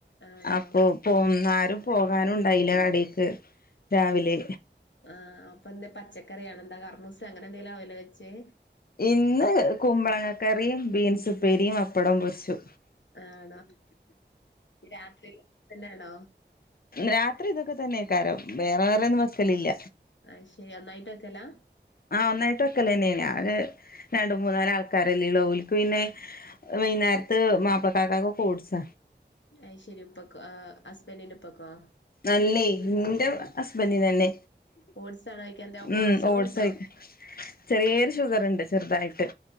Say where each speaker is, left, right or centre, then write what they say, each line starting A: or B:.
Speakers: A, on the left (about 80°); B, on the left (about 55°).
A: ആണോ
B: അപ്പൊ പോന്നാരും
A: അത് ശരി
B: പോകാനുണ്ടായില്ല കടേക്ക് രാവിലെ
A: ആഹ് അപ്പൊന്ന പച്ചക്കറിയാണ് എന്താ കറമൂസ അങ്ങനെ എന്തെലും ആല വെച്ച്
B: ഇന്ന് കുമ്പളങ്ങ കറിയും ബീൻസ് ഉപ്പേരിയും പപ്പടം പൊരിച്ചു
A: ആണോ രാത്രി തന്നെയാണോ
B: രാത്രി ഇതൊക്കെ തന്നെയക്കാരം വേറെ വേറെന്നും വെക്കലില്ല
A: ആഹ് ശെരി നന്നായിട്ട് വക്കലാ
B: ആ ഒന്നായിട്ടും വെക്കല്ലേ തന്നെയ രണ്ട മൂന്നരം ആൾക്കാരല്ലേള്ളോ ഓൽക്ക് പിന്നെ വൈന്നേരത്ത് മാപ്പിൾകാക്കാക്ക് ഫ്രൂട്സ
A: ഐശ്ശരി ഉപ്പൊക്ക ആ ഹസ്ബൻഡിന്റെ ഇപ്പക്കോ
B: അല്ലേ ഇന്റെ ഹസ്ബന്റിനെന്നെ
A: ഓട്സ് ആണോ കഴിക്കാ എന്താ കൊളസ്ട്രോൾ
B: ഉം ഓഡ്സ്യ
A: ഉണ്ടോ
B: ചെറിയൊരു ഷുഗർണ്ട് ചെർതായിട്ട്